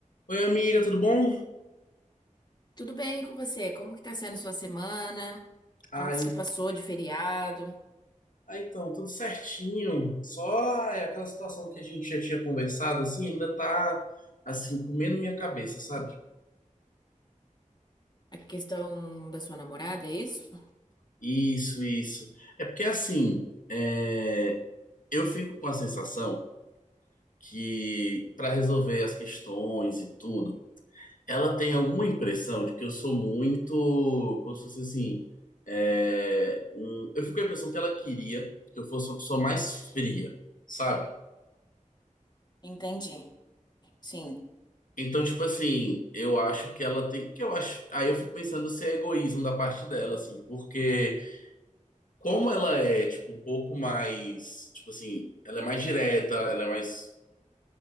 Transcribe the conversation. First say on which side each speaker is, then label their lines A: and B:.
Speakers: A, on the left (about 80°); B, on the left (about 30°).
A: Oi, amiga, tudo bom?
B: Tudo bem com você? Como que tá sendo sua semana?
A: Ah,
B: Como que
A: en-
B: você passou de feriado?
A: ah, então, tudo certinho. Só ai, aquela situação que a gente já tinha conversado, assim, ainda tá, assim, comendo minha cabeça, sabe?
B: A questão da sua namorada, é isso?
A: Isso, isso. É porque, assim, é, eu fico com a sensação que, para resolver as questões e tudo, ela tem alguma impressão de que eu sou muito, como se fosse assim, é, um- eu fico com a impressão que ela queria que eu fosse uma pessoa mais fria, sabe?
B: Entendi. Sim,
A: Então, tipo assim, eu acho que ela tem. Que eu acho. Aí eu fico pensando se é egoísmo da parte dela, assim, porque como ela é, tipo, um pouco mais. Tipo assim, ela é mais direta, ela é mais